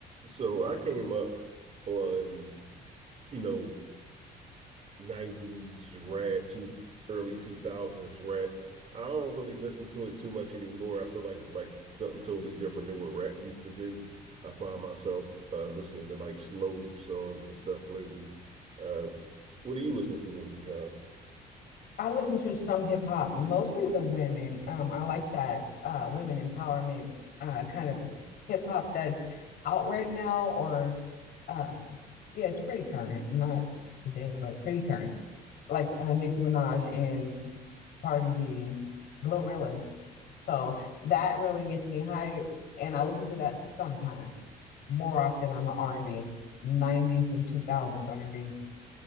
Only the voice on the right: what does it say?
So I came up on, you know, 90s rap to early 2000s rap. I don't really listen to it too much anymore. I feel like it's like something totally different than what rap used to be. I find myself uh, listening to like slow songs and stuff lately. Uh, what do you listen to over the time?